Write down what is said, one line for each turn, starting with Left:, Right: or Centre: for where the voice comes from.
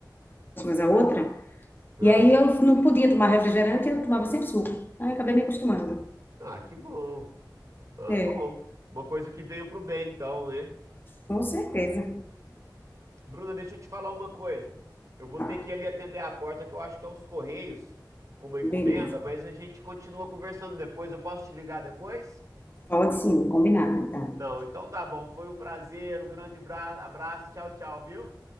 Left: próximas à outra.
Right: Ah,
Left: E aí eu não podia tomar refrigerante, eu tomava sempre suco. Aí acabei me acostumando.
Right: ah, que bom. Ah,
Left: É,
Right: bom. Uma coisa que veio pro bem, então, né?
Left: com certeza.
Right: Bruna, deixa eu te falar uma coisa. Eu vou
Left: Ah,
Right: ter que ir ali atender a porta, que eu acho que é os Correios, com uma encomenda,
Left: Beleza.
Right: mas a gente continua conversando depois. Eu posso te ligar depois?
Left: Pode sim, combinado, então.
Right: Não, então tá bom. Foi um prazer, um grande bra- abraço. Tchau, tchau, viu?